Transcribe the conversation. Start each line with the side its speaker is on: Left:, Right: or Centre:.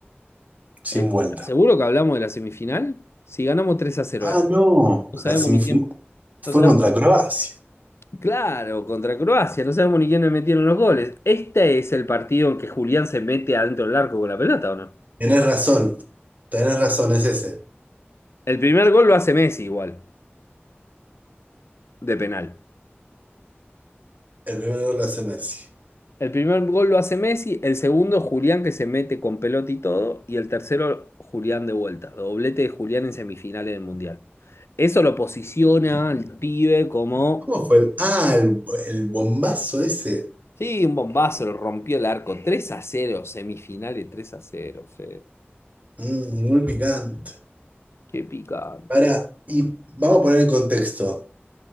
Right: sin
Left: El-
Right: vuelta.
Left: ¿Seguro que hablamos de la semifinal? Si ganamos 3 a cero
Right: Ah,
Left: la semifinal.
Right: no,
Left: no sabemos
Right: la semifinal
Left: ni quién,
Right: fue
Left: no sabemos
Right: contra Croacia.
Left: Claro, contra Croacia, no sabemos ni quién le metieron los goles. Este es el partido en que Julián se mete adentro del arco con la pelota, ¿o no?
Right: Tienes razón, tienes razón, es ese.
Left: El primer gol lo hace Messi igual, de penal.
Right: El primero lo hace Messi.
Left: El primer gol lo hace Messi, el segundo Julián que se mete con pelota y todo, y el tercero Julián de vuelta, doblete de Julián en semifinales del Mundial. Eso lo posiciona al pibe como,
Right: ¿Cómo fue el...? Ah, el, el bombazo ese.
Left: sí, un bombazo, lo rompió el arco, 3 a cero, semifinales 3 a cero, Fede.
Right: Mm, muy picante.
Left: Qué picante.
Right: Ahora, y vamos a poner en contexto.